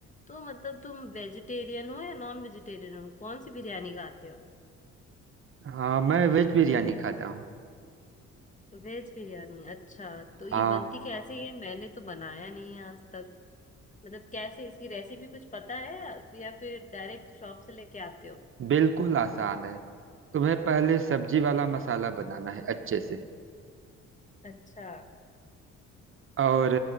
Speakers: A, on the left (about 25°); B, on the right (about 45°).
A: तो मतलब तुम वेजिटेरियन हो या नॉन वेजिटेरियन हो कौन सी बिरयानी खाते हो
B: हाँ मैं वेज बिरयानी खाता हूँ
A: वेज बिरयानी अच्छा तो ये
B: हाँ
A: बनती कैसी है मैंने तो बनाया नहीं है आज मतलब कैसे इसकी रेसिपी कुछ पता है या या फिर डायरेक्ट शॉप से लेके आते हो
B: बिल्कुल आसान है तुम्हें पहले सब्जी वाला मसाला बनाना है अच्छे से
A: अच्छा
B: और